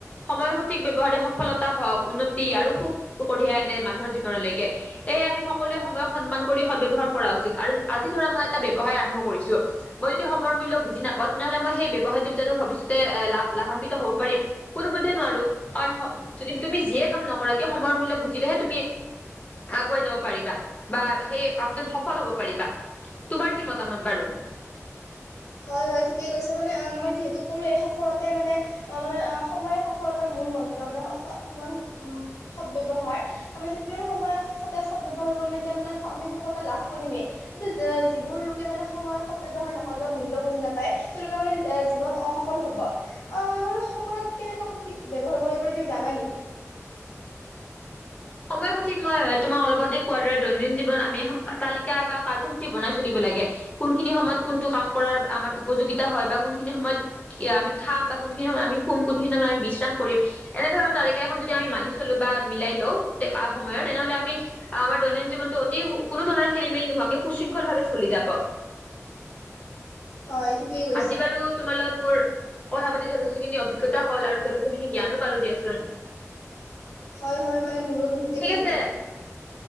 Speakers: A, on the left; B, on the left.
A: সময়ৰ সৎ। সঠিক ব্যৱহাৰে সফলতা হওক উন্নতি আৰু সুখ কঢ়িয়াই আনে মানুহৰ জীৱনলৈকে। সেয়ে আমি সকলোৱে সময়ক সন্মান কৰি সদ্য়হাৰ কৰা উচিত আৰু আজি ধৰা মই। এটা ব্যৱসায় আৰম্ভ কৰিছো মই যদি সময়ৰ মূল্য বুজি নাপাওঁ। তেনেহ'লে মই সেই ব্যৱসায়তটোত জানো ভৱিষ্যতে লাভ লাভান্বিত হব পাৰিম। কোনোপধ্যে নোৱাৰো কাৰণ তুমি যিয়ে কাম নকৰা কিয় সময়ৰ মূল্যক বুজিলেহে তুমি। আগুৱাই যাব পাৰিবা বা কামটোত সফল পাৰিবা তোমাৰ কি মতামত বাৰু?
B: হয় -হয় ঠিকেই কৈছে মানে অ' মই কৰো এই সফলতাই মানে। অ' মানে অ' সময়ে সফলতাৰ মূল মন্ত্ৰ মানে সময়ৰ সদবয়ৱহাৰ। আমি যি সময় সদায় সদ ব্যৱহাৰ কৰি তেতিয়া মানে আমি সফলতা লাভ কৰিমেই। কিন্তু যিবোৰ লোকে মানে সময়ৰ সৎ ব্যয়ৱহাৰ নকৰে। মূল্য বুজি নাপায়, তেওঁলোকে মানে জীৱনত অসফল হব। অ' আমাৰ সময়ক কেনেকে সঠিক ব্য্ৱহাৰ কৰিব বুলি তুমি জানা নেকি?
A: সময়ৰ সঠিক মই তোমাক অলপতে কোৱাৰ দৰে দৈনন্দিন জীৱনত আমি এখন তালিকা বা কাৰ্যসূচী বনাই চলিব লাগে। কোনখিনি সময়ত কোনটো কাম কৰাৰ আমাৰ উপযোগিতা হয় বা কোনখিনি সময়ত। আমি খাম বা কোনখিনি সময় আমি শুম মানে বিশ্ৰাম কৰিম। এনেধৰণৰ তালিকা এখন যদি আমি মানি চলো বা মিলাই লওঁ গোট সময়ত তেনেহ'লে আমি আমাৰ দৈনন্দিন জীৱনটো অতি কোনো ধৰণৰ খেলি-মেলি নোহোৱাকে সুশৃংখল ভাৱে চলি যাব।
B: হয় ঠিকেই কৈছা
A: আজি বাৰু তোমাৰালত মোৰ কথা পাতি যথেষ্টখিনি অভিজ্তা হ'ল যথেষ্টখিন জ্ঞানো পালো দিয়াচোন।
B: হয়, হয়, মানে মোৰো বহুতেই
A: ঠিক
B: ভাল
A: আছে
B: লাগিল।